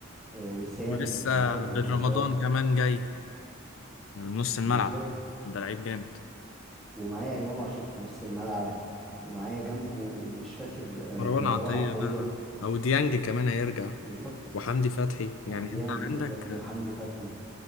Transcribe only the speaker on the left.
ولسه
بن رمضان كمان جاي من نص الملعب
ده لعيب جامد
مروان
عطية
بقى او ديانج كمان هيرجع
وحمدي فتحي يعني
انت عندك